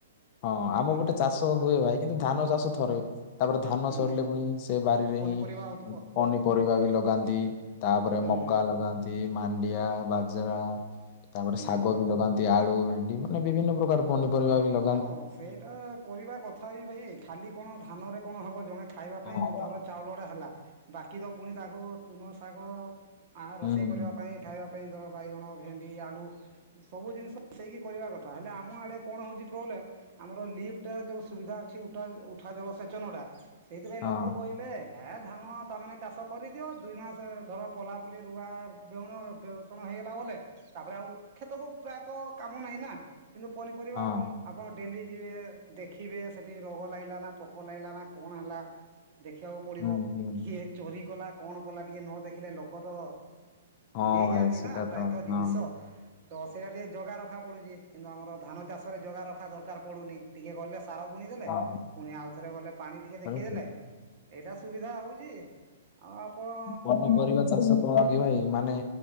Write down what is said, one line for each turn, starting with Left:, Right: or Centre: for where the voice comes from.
Left: ହଁ ଆମ
Right: ହୁଁ
Left: ଗୋଟେ ଚାଷ ହୁଏ ଭାଇ କିନ୍ତୁ ଧାନ ଚାଷ ଥରେ ହୁଏ ତାପରେ ଧାନ
Right: ହୁଁ
Left: ସରିଲେ ପୁଣି ସେ ବାରିରେ
Right: ପନିପରିବା
Left: ହିଁ
Right: ହଉଥିବ
Left: ଉଁ ପନିପରିବା ବି ଲଗାନ୍ତି ତାପରେ
Right: ହୁଁ
Left: ମକା ଲଗାନ୍ତି ମାଣ୍ଡିଆ ବାଜେରା ତାପରେ
Right: ହୁଁ
Left: ଶାଗ ବି ଲଗାନ୍ତି ଆଳୁ ଭେଣ୍ଡି ମାନେ ବିଭିନ୍ନ ପ୍ରକାର ପନିପରିବା ବି ଲ
Right: ହଁ ସେଇଟା କରିବା କଥା ବି ଭାଇ ଖାଲି କଣ ଧାନରେ କଣ ହବ ଜଣେ ଖାଇବା ପାଇଁ
Left: ହଁ
Right: ଧର ଚାଉଳଟା ହେଲା ବାକି ତ ପୁଣି ତାକୁ ତୁନ ଶାଗ ଆଁ
Left: ହୁଁ
Right: ରୋଷେଇ କରିବା ପାଇଁ ଖାଇବା ପାଇଁ ଦବ ବାଇଗଣ ଭେଣ୍ଡି ଆଳୁ ସବୁ ଜିନିଷ ମିଶେଇକି କରିବା କଥା ହେଲେ ଆମ ଆଡେ କଣ ହଉଚି ପ୍ରୋବଲେ ଆମର ଲିପ୍ଟଟା ଯୋଉ ସୁବିଧା ଅଛି ଉଠା ଉଠା ଜଳସେଚନଟା ସେଇଥିପାଇଁ
Left: ହଁ
Right: ଲୋକ କହି ଲେ ହେ ଧାନ ତା ମାନେ ଚାଷ କରିଦିଅ ଦୁଇ ମାସ ଧର ପଲାପୁଲି ରୁଆ ବେଉଣ ବେଉ ଷଣ ହେଇଗଲା ବଲେ ତାପରେ ଆଉ କ୍ଷେତକୁ ପ୍ରାୟତଃ କାମ ନାହିଁ ନା କିନ୍ତୁ ପନିପରିବା
Left: ହଁ
Right: କଣ ଆପଣ ଡ଼େଲି ଯିବେ ଦେଖିବେ ସେଠି ରୋଗ ଲାଗିଲା ନା ପୋକ ଲାଗିଲାନା କଣ ହେଲା? ଦେଖିବାକୁ ପଡ଼ିବ
Left: ହୁଁ ହୁଁ
Right: କିଏ ଚୋରି କଲା କଣ କଲା ଟିକେ ନ ଦେଖିଲେ ଲୋକ ତ
Left: ହଁ
Right: ନେଇଯାଆନ୍ତି
Left: ଭାଇ ସେଟା
Right: ନା ପ୍ରାୟତଃ
Left: ତ ହଁ
Right: ଜିନିଷ। ତ ସେଇଟା ଟିକେ ଜଗା ରଖା ପଡ଼ୁଛି କିନ୍ତୁ ଆମର ଧାନ ଚାଷରେ ଜଗା ରଖା ଦରକାର ପଡ଼ୁନି ଟିକେ ଗଲେ ସାର ବୁଣି ଦେଲେ
Left: ହଁ
Right: ପୁଣି ଆଉଥରେ ଗଲେ ପାଣି ଟିକେ
Left: ହଁ
Right: ଦେଖିଦେଲେ। ଏଇଟା ସୁବିଧା ହଉଛି ଆଉ ଆପଣଙ୍କ
Left: ପନପରିବା ଚାଷ କଣ କି ଭାଇ ମାନେ